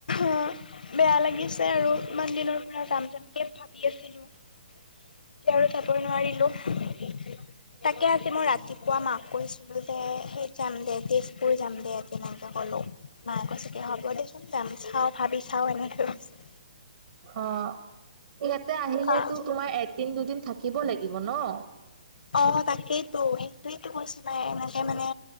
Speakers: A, on the left; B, on the right.
A: অ বেয়া লাগিছে আৰু ইমান দিনৰ পৰা যাম যামকে ভাবি আছিলোঁ। এতিয়া আৰু যাবই নোৱাৰিলো। তাকে আজি মই ৰাতি পুৱা মাক কৈছিলো যে সেই যাম দে তেজপুৰ যাম দে তেনেকে ক'লো। মায়ে কৈছে কি হ'ব দেচোন যাম। চাওঁ ভাবি চাও এনেকে কৈছে।
B: অ ইয়াতে আহিলেতো
A: অ',
B: তোমাৰ এদিন, দুদিন থাকিব লাগিব ন।
A: অ তাকেইতো সেইটোৱেতো কৈছে মায়ে। মানে মানে